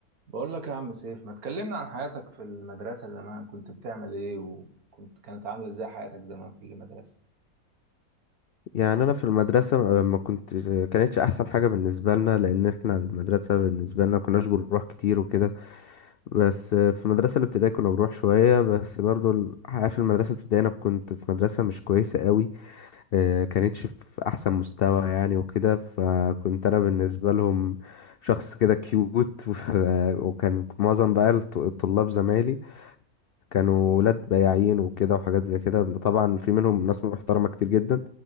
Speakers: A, on the right; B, on the left.
A: بقول لك يا عم سيف ما تكلمنا عن حياتك في المدرسة زمان كنت بتعمل ايه وكنت كانت عاملة ازاي حياتك زمان في المدرسة
B: يعني انا في المدرسه ما ما كنت كانتش احسن حاجه بالنسبه لنا لان احنا المدرسه بالنسبه لنا كناش بنروح كتير وكده بس في المدرسه الابتدائيه كنا بنروح شويه بس برضو الحقيقه في المدرسه الابتدائيه انا كنت في مدرسه مش كويسه قوي آه، كانتش في احسن مستوى يعني وكده فكنت انا بالنسبه لهم شخص كده كيوت <laughs> وكان معظم بقى الط- الطلاب زمايلي كانوا ولاد بياعين وكده وحاجات زي كده طبعا في منهم ناس محترمة كتير جدا